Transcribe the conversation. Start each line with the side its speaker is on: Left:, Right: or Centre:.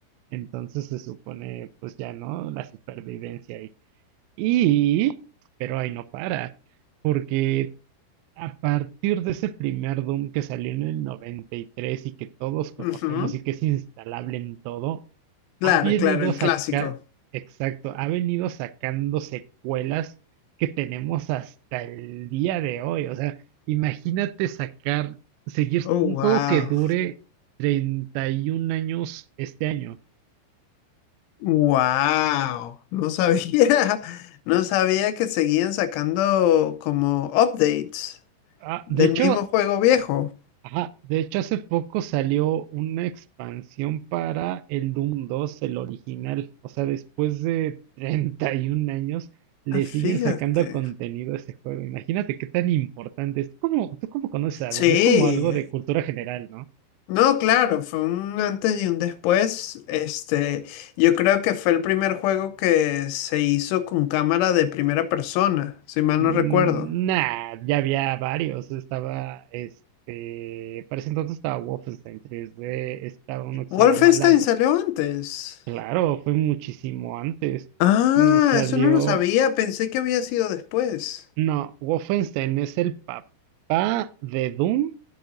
Right: Entonces se supone, pues ya no, la supervivencia ahí. Y, pero ahí no para, porque a partir de ese primer Doom que salió en el 93 y tres y que todos conocemos
Left: Ujú.
Right: y que es instalable en todo,
Left: Claro,
Right: ha venido
Left: claro, el
Right: saca,
Left: clásico.
Right: exacto, ha venido sacando secuelas que tenemos hasta el día de hoy. O sea, imagínate sacar, seguir
Left: Oh,
Right: un
Left: wow.
Right: juego que dure 31 años este año.
Left: Wow. No sabía. <laughs> No sabía que seguían sacando como updates
Right: Ah,
Left: del
Right: de hecho,
Left: mismo juego viejo.
Right: Ajá, de hecho hace poco salió una expansión para el Doom 2, el original. O sea, después de <laughs> 31 años le
Left: Ah, fíjate.
Right: siguen sacando contenido a ese juego. Imagínate qué tan importante es. ¿Cómo, tú cómo conoces a
Left: Sí.
Right: Doom? Es como algo de cultura general, ¿no?
Left: No, claro, fue un antes y un después. Este, yo creo que fue el primer juego que se hizo con cámara de primera persona, si mal
Right: Mm,
Left: no recuerdo.
Right: nah, ya había varios. Estaba, este, para ese entonces estaba Wolfenstein 3D, estaba uno que
Left: Wolfenstein
Right: se llama Lab.
Left: salió antes.
Right: Claro, fue muchísimo antes.
Left: Ah,
Right: Mm, Salió.
Left: eso no lo sabía, pensé que había sido después.
Right: No, Wolfenstein es el papá de Doom